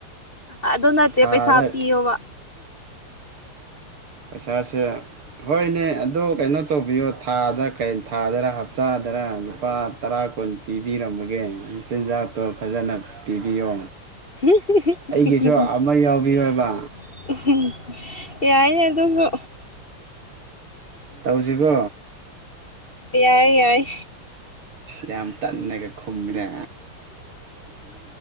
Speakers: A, on the left; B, on the right.
A: ꯑꯗꯣ ꯅꯠꯇꯦ
B: ꯊꯥꯗ
A: ꯄꯩꯁꯥ ꯍꯥ ꯄꯤꯌꯣꯕ
B: ꯄꯩꯁꯥꯥꯁꯦ ꯍꯣꯏꯅꯦ ꯑꯗꯣ ꯀꯩꯅꯣ ꯇꯧꯕꯤꯌꯣ ꯊꯥꯗꯩ ꯊꯥꯗꯔ ꯍꯞꯇꯥꯗꯔ ꯂꯨꯄꯥ ꯇꯔꯥ ꯀꯨꯣꯟ ꯄꯤꯕꯤꯔꯃꯒꯦ ꯃꯆꯤꯟꯖꯥꯛꯇꯣ ꯐꯖꯅ ꯄꯤꯕꯤꯌꯣ
A: <unintelligible>
B: ꯑꯩꯒꯤꯁꯨ ꯑꯃ ꯌꯥꯎꯕꯤꯌꯣꯕ
A: ꯌꯥꯏꯅꯦ ꯑꯗꯨꯁꯨ
B: ꯇꯧꯁꯤꯕꯣ
A: ꯌꯥꯏ ꯌꯥꯏ
B: ꯌꯥꯝ ꯇꯟꯅꯒ ꯈꯨꯝꯃꯤꯔꯦ